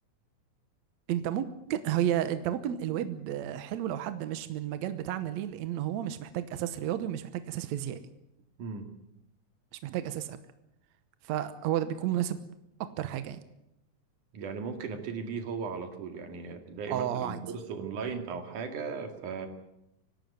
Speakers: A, on the right (about 70°); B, on the right (about 85°).
A: أنت ممكن هي أنت ممكن الويب آه، حلو لو حد مش من المجال بتاعنا ليه؟ لأن هو مش محتاج أساس رياضي ومش محتاج أساس فيزيائي
B: بيه
A: مش محتاج أساس قبله فهو ده بيكون مناسب أكتر حاجة يعني
B: يعني ممكن ابتدي بيه هو على طول يعني الاقي
A: اه
B: مثلا
A: اه عادي
B: كورس اونلاين او حاجه ف